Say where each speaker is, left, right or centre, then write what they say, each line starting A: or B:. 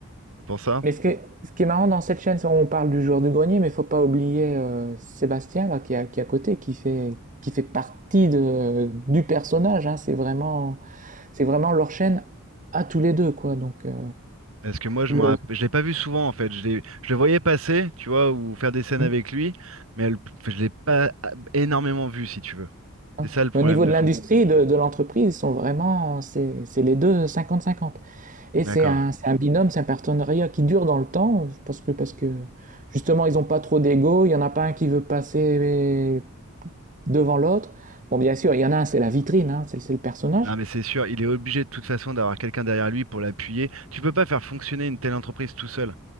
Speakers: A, on the right; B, on the right.
A: c'est pour ça.
B: Mais ce, que- ce qui est marrant dans cette chaîne, c'est on parle du joueur du grenier, mais faut pas oublier euh, Sébastien, là, qui est à, qui est à côté, qui fait, qui fait partie de, du personnage. hein. C'est vraiment, c'est vraiment leur chaîne à tous les deux, quoi. Donc, euh,
A: Parce que moi, je
B: le,
A: me rapp- je l'ai pas vu souvent, en fait. Je l'ai- je le voyais passer, tu vois, ou faire des scènes
B: Hmm
A: avec lui, mais elle- je l'ai pas ah, énormément vu, si tu veux.
B: Non.
A: C'est ça le problème
B: Mais au niveau
A: de
B: de
A: fond.
B: l'industrie, de, de l'entreprise, ils sont vraiment, c'est c'est les deux cinquante cinquante Et
A: D'accord.
B: c'est un, c'est un binôme, c'est un partenariat qui dure dans le temps, parce que, parce que justement, ils n'ont pas trop d'ego, il y en a pas un qui veut passer devant l'autre. Bon, bien sûr, il y en a un, c'est la vitrine, hein, c'est c'est le personnage.
A: Non, mais c'est sûr, il est obligé de toute façon d'avoir quelqu'un derrière lui pour l'appuyer. Tu peux pas faire fonctionner une telle entreprise tout seul.